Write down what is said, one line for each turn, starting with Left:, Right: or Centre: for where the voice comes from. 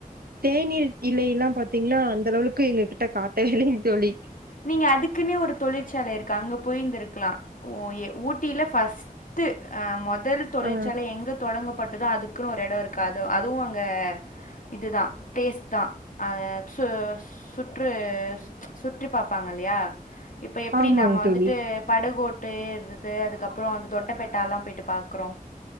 Right: தேநீர் இலைல்லா பாத்தீங்கன்னா அந்த அளவுலுக்கு எங்ககிட்ட காட்டவே இல்லங் தோழி
Left: நீங்க அதுக்குன்னே ஒரு தொழிற்சாலை இருக்கு அங்க போய்ருந்துயிருக்கலா ஓ ஏ ஊட்டில ஃபஸ் ட்டு அ மொதல் தொழில்சாலை
Right: ஆ
Left: எங்கு தொடங்கப்பட்டதோ அது அதுக்குனு ஒரு எடொ இருக்கு அது அதுவு அங்க இது தா டேஸ்ட் தா அ சு சுற்று சு ற்று பாப்பாங்க இல்லயா இப்ப எப்டி
Right: ஆமாங்க
Left: நாம வந்துட்டு
Right: தோழி
Left: படகோட்டு ருது அதுக்கப்பறோ அந்த தொட்ட பெட்டாலா போய்ட்டு பாக்கறோ